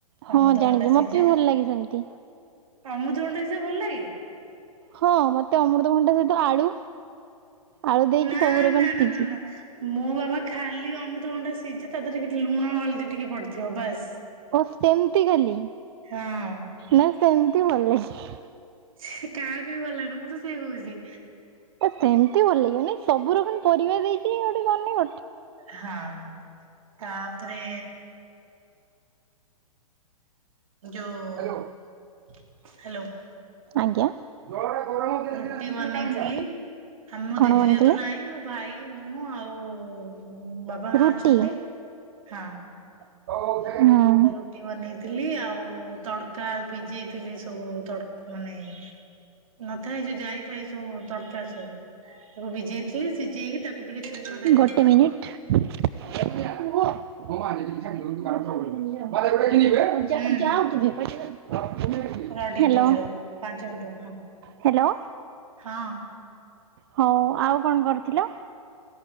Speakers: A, on the right (about 45°); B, on the right (about 65°).
A: ହଁ
B: ଅମୃତଭଣ୍ଡା
A: ଜାଣିଛି
B: ସିଝା
A: ମତେ ବି ଭଲ ଲାଗେ ସେମିତି।
B: ଅମୃତଭଣ୍ଡା କିସେ ଭଲ ଲାଗେ।
A: ହଁ ମତେ ଅମୃତଭଣ୍ଡା ସହିତ ଆଳୁ, ଆଳୁ ଦେଇକି
B: ନା
A: ସବୁ ରକମ
B: ନା ନା
A: ସିଜି
B: ନା ନା ମୋ ବାବା ଖାଲି ଅମୃତଭଣ୍ଡା ସିଝା ତା ଦେହରେ କି ଲୁଣ, ହଳଦୀ ଟିକେ ପଡିଥିବ ବାସ୍।
A: ଓ ସେମିତି ଖାଲି।
B: ହଁ ଉଁ।
A: ନା ସେମିତି ଭଲ ଲାଗେ।
B: ସେ କାହାକୁ ବି ଭଲଲାଗିବନି, ମୁଁ ତ ସେୟା କୋହୁଛି।
A: ସେମିତି ଭଲ ଲାଗିବନି ସବୁ ର କଣ ପରିବା ଦେଇକି ଗୋଟେ କରନି
B: ହଁ ତାପରେ ଯୋଉ
A: ହ୍ୟାଲୋ।
B: ହ୍ୟାଲୋ
A: ଆଜ୍ଞା ଜଳଟା ଗରମ ହେଲେ
B: ରୁଟି
A: ସିନା ସିଝିବ
B: ବନେଇଥିଲି
A: ଟାଇମ୍ ଟା।
B: ଆ ମୋ
A: କଣ
B: ଦିଦି
A: ବନିଥିଲେ?
B: ଯେହେତୁ ନାହିଁ ମୁଁ ଭାଇ, ମୁଁ ଆଉ ବାବା, ମା
A: ରୁଟି।
B: ଅଛନ୍ତି ହଁ।
A: ହୁଁ
B: ରୁଟି ବନେଇଥିଲି ଆଉ ତଡକା ଭିଜେଇଥିଲି ସବୁ ତଡ ମାନେ ନଥାଏ ଯେ ଯାଇ ଫାଇ ସବୁ ତଡକା ସବୁ, ତାକୁ ଭିଜେଇଥିଲି ସିଝେଇକି ତାକୁ ଟିକେ ଛୁଙ୍କ ଦେଲେ
A: ଗୋଟେ <unintelligible>
B: ହୁଁ ରହ ଟିକେ
A: ହ୍ୟାଲୋ
B: ଦଉଛି ରହ ପାଞ୍ଚ ମିନିଟ୍ ର ହଁ
A: ହ୍ୟାଲୋ
B: ହଁ
A: ହଉ ଆଉ କଣ କରିଥିଲ?